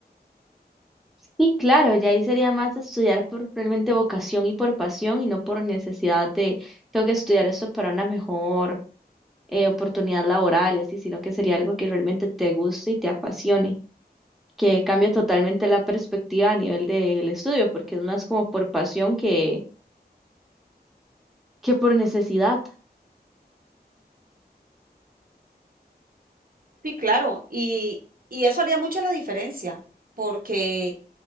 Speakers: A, in the centre; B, on the right.
A: Y claro, ya ahí sería más estudiar por realmente vocación y por pasión y no por necesidad de tengo que estudiar esto para una mejor eh, oportunidad laboral y así, sino que sería algo que realmente te guste y te apasione, que cambia totalmente la perspectiva a nivel del estudio, porque es más como por pasión que, que por necesidad.
B: Sí, claro, y, y eso haría mucha la diferencia, porque,